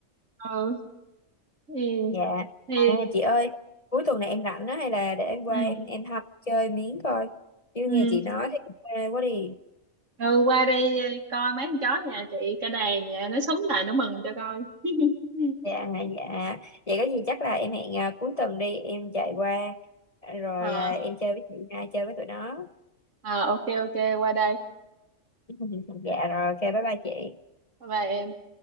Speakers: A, on the right (about 75°); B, on the left (about 30°).
A: ừ thì
B: dạ
A: thì
B: à chị ơi cuối tuần này em rảnh á hay là để em qua
A: ừ
B: em em học chơi miếng coi chứ
A: ừ
B: nghe chị nói thấy cũng mê quá đi
A: ừ qua đây ờ, coi mấy con chó nhà chị cả đàn nhà nó sống lại nó mừng cho coi <laughs>
B: dạ dạ vậy có gì chắc là em hẹn à, cuối tuần đi em chạy qua rồi
A: ờ
B: à, em chơi với chị hai chơi với tụi nó
A: ờ ok ok qua đây
B: <laughs> dạ rồi ok bye bye chị
A: bye bye em